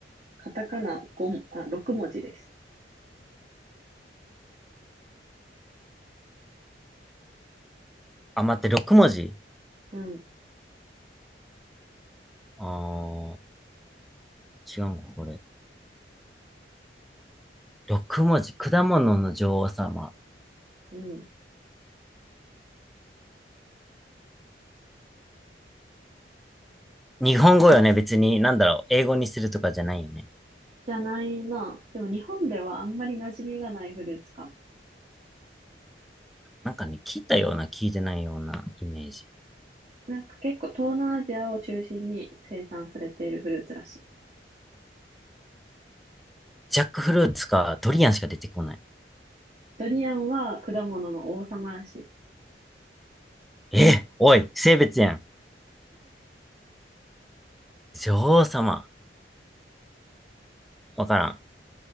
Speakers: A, on the right; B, in the centre.
A: カタカナ5も、あ、6文字です。
B: あ、待って、6文字
A: うん、
B: あー、違うんか、これ。6文字。果物の女王様。
A: うん。
B: 日本語よね、別に。なんだろう。英語にするとかじゃないよね。
A: じゃないな。でも日本ではあんまり馴染みがないフルーツかも。
B: なんかね、聞いたような、聞いてないようなイメージ。
A: なんか結構東南アジアを中心に生産されているフルーツらしい。
B: ジャックフルーツか、ドリアンしか出てこない。
A: ドリアンは果物の王様らしい。
B: え、おい、性別やん。女王様。わからん。